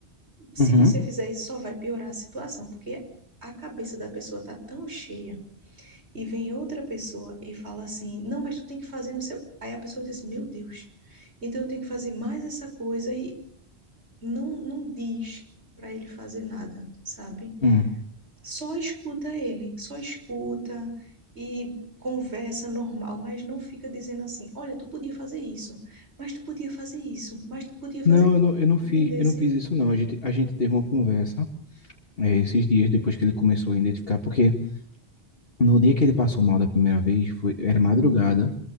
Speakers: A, on the right (about 75°); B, on the left (about 60°).
A: se
B: uhum,
A: você fizer isso, só vai piorar a situação, porque a cabeça da pessoa tá tão cheia". E vem outra pessoa e fala assim: "Não, mas tu tem que fazer no seu". Aí a pessoa diz: "Meu Deus. Então eu tenho que fazer mais essa coisa e não não diz para ele fazer nada, sabe?
B: hum,
A: Só escuta ele, só escuta e conversa normal, mas não fica dizendo assim: olha, tu podia fazer isso, mas tu podia fazer isso, mas tu podia fazer.
B: Não, eu não, eu não fiz,
A: Entendesse?
B: eu não fiz isso não. A gente, a gente teve uma conversa é, esses dias depois que ele começou a identificar, porque no dia que ele passou mal da primeira vez, foi, era madrugada,